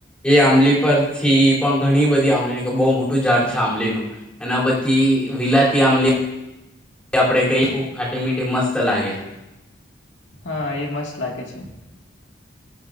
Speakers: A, in the centre; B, on the left (about 75°).
A: એ આંબલી પરથી પણ ઘણી બધી આંબલી બહુ મોટું ઝાડ છે આંબલીનું એના પછી વિલાતી આંબલી આપડે કહી ખૂબ ખાટી મીઠી મસ્ત લાગે
B: હા એ મસ્ત લાગે છે